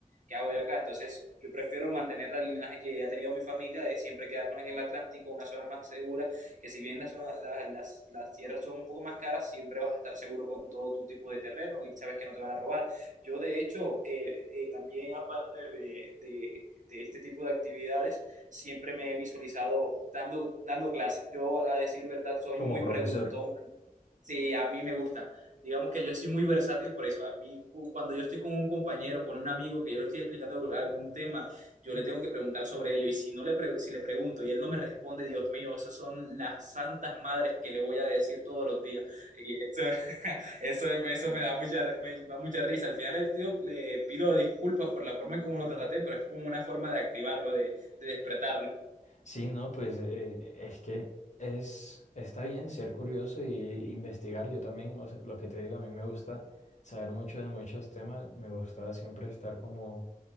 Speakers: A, on the right; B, on the left.
A: ¿Qué hago yo acá? Entonces, yo prefiero mantener el linaje que ha tenido mi familia de siempre quedarnos en el Atlántico, una zona más segura, que si bien la zona- la- las, las tierras son un poco más caras, siempre vas a estar seguro con todo tu tipo de terreno y sabes que no te van a robar. Yo, de hecho, eh, eh, también aparte de, de- de este tipo de actividades, siempre me he visualizado dando, dando clases. Yo, a decir verdad, soy
B: Como
A: muy preguntón.
B: profesor.
A: Sí, a mí me gusta. Digamos que yo soy muy versátil por eso. A mí, cu- cuando yo estoy con un compañero, con un amigo que yo le estoy explicando algún tema, yo le tengo que preguntar sobre ello. Y si no le pre- si le pregunto y él no me responde, Dios mío, esas son las santas madres que le voy a decir todos los días. Y eso, <laughs> eso, eso me da mucha, me da mucha risa. Al final el tío le pido disculpas por la forma en cómo lo traté, pero es como una forma de activarlo, de, de despertarlo.
B: Sí, no, pues eh, es que es, está bien ser curioso y investigar. Yo también, o sea, lo que te digo, a mí me gusta saber mucho de muchos temas. Me gusta siempre estar como